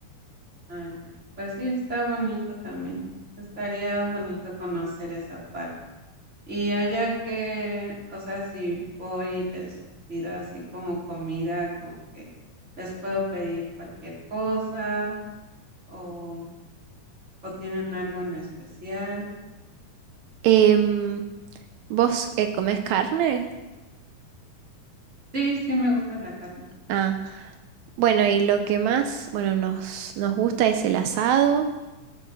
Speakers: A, on the right; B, on the right.
A: Ah, ya. Pues sí, está bonito también. Estaría bonito conocer esa parte. Y allá que, o sea, si voy y les pido así como comida, como que les puedo pedir cualquier cosa o, o tienen algo en especial.
B: Em, ¿vos eh, comés carne?
A: Sí, sí me gusta la carne.
B: Ah, bueno, y lo que más, bueno, nos, nos gusta es el asado,